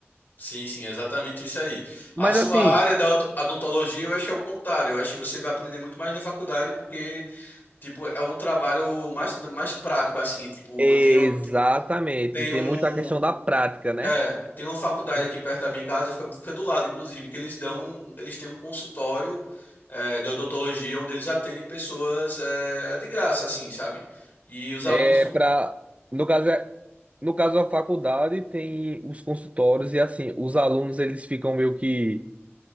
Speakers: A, on the left; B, on the right.
A: Sim, sim, é exatamente isso aí. A
B: Mas
A: sua
B: assim,
A: área da odont- odontologia, eu acho que é o contrário. Eu acho que você vai aprender muito mais na faculdade, porque Tipo, é um trabalho mais, mais prático, assim. Tipo,
B: exatamente,
A: eu tenho, tenho
B: tem
A: um.
B: muito a questão da prática, né?
A: É, tem uma faculdade
B: Uhum.
A: aqui perto da minha casa, foi, foi do lado, inclusive, que eles dão. Eles têm um consultório é, de odontologia onde eles atendem pessoas é, de graça, assim, sabe? E os alunos
B: É para, no caso, é- no caso a faculdade tem os consultórios e assim, os alunos eles ficam meio que